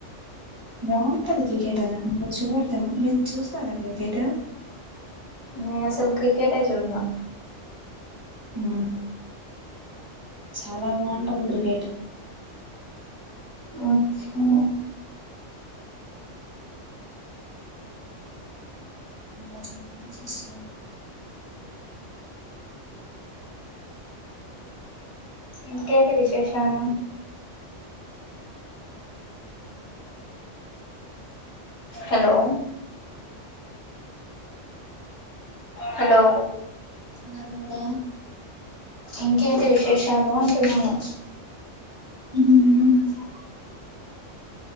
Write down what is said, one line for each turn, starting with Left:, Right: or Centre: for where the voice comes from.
Right: బాగుంటది క్రికెట్ మీరు చూడరెమో మీరు చూస్తారా క్రికెటు
Left: నేను క్రికెటే చూడను
Right: ఉ చాలా బాగుంటది క్రికెట్
Left: వచ్చే
Right: ఇంకా చెప్పండి సిస్టర్
Left: ఇంకేంటి విశేషాలు హలో హలో
Right: నర్మదా
Left: ఇంకేంటి విశేషాలు అంటున్నాను
Right: ఉ